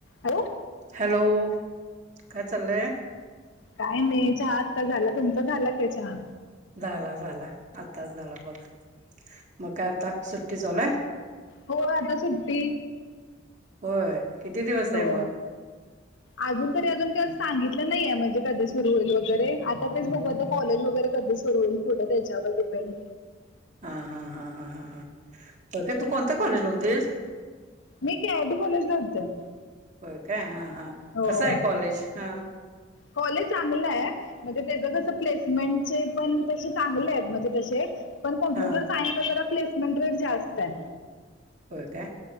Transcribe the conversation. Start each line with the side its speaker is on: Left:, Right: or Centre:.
Left: हो.
Right: हॅलो, काय चाललंय?
Left: काय नाही, चहा आत्ता झाला, तुमचा झाला काय चहा?
Right: झाला, झाला. आताच झाला बघ. मग काय आता सुट्टी चालू हाय?
Left: हो आता सुट्टी
Right: होय. किती दिवस
Left: हो.
Right: <unintelligible>
Left: अजून तरी अजून काय सांगितलं नाहीये, म्हणजे कधी सुरू होईल वगैरे. आता तेच बघू आता कॉलेज वगैरे कधी कर कुठं त्याच्यावर डिपेंड
Right: हा हा हा हा हा हा <unintelligible> तू कोणत्या कॉलेजला होतीस?
Left: मी' के आर डी कॉलेज 'ला होते.
Right: बरं काय, हा हा,
Left: हो
Right: कस आहे कॉलेज? हा
Left: कॉलेज चांगलं आहे. म्हणजे त्याच
Right: हा
Left: कसं प्लेसमेंटचे पण तसे चांगले आहेत. म्हणजे तसे पण कॉम्प्युटर
Right: हा.
Left: सायन्सला जरा प्लेसमेंट रेट जास्त हाय.
Right: हो का?